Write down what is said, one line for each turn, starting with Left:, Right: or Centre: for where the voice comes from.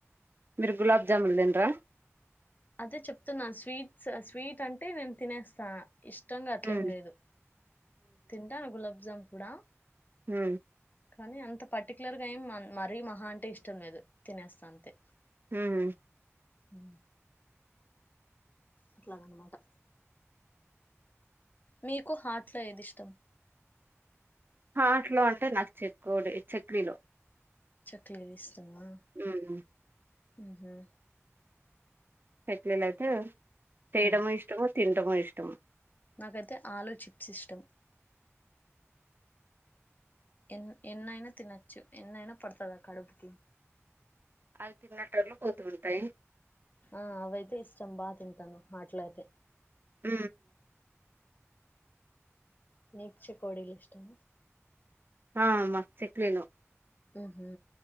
Right: మీరు గులాబ్జాములు తిండ్రా
Left: అదే చెప్తున్నా స్వీట్స్ స్వీట్ అంటే నేను తినేస్తా ఇష్టంగా అట్లేం
Right: హ్మ్
Left: లేదు తింటాను గులాబ్జామ్ కూడా
Right: హ
Left: కానీ అంత పర్టికులర్ గా ఏం మరీ మహా అంటే ఇష్టం లేదు తినేస్తా అంతే
Right: హ్మ్
Left: ఉ అట్లాగన్మటా మీకు హాట్ లో ఏదిష్టం
Right: హాట్లో అంటే నాకు చెకోడి చెక్లీలో
Left: చక్లిలు ఇష్టమా
Right: ఉహు
Left: ఉహు
Right: చెక్లిలైతే తేయడము
Left: ఉమ్
Right: ఇష్టము తిన్టము ఇష్టం
Left: నాకైతే ఆలో చిప్స్ ఇష్టం ఎన్ ఎన్నైనా తినచ్చు ఎన్నైనా పడుతదా కడుపుకి
Right: అవి తిన్నట్టర్లు పోతూ ఉంటాయి
Left: ఆ అవైతే ఇష్టం బా తింటాను మాట్లయితే
Right: ఉ
Left: నీకు చేకొడీలు ఇష్టం
Right: ఆ మాకు చెక్లీలు
Left: ఉహు